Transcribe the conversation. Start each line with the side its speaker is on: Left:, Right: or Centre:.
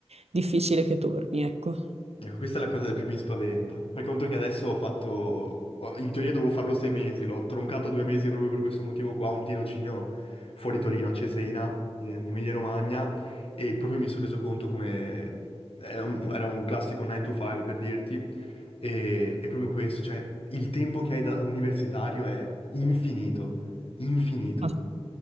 Right: difficile che torni, ecco.
Left: Ecco, questa è la cosa che più mi spaventa. Per conto che adesso ho fatto, ho- in teoria dovevo farlo sei mesi, l'ho troncato a due mesi proprio per questo motivo qua, un tirocinio fuori Torino, a Cesena, in in Emilia-Romagna, e proprio mi sono reso conto come è un- era un, classico 9 to 5 per dirti, e è proprio questo, cioè il tempo che hai da universitario è infinito, infinito,
Right: Ah,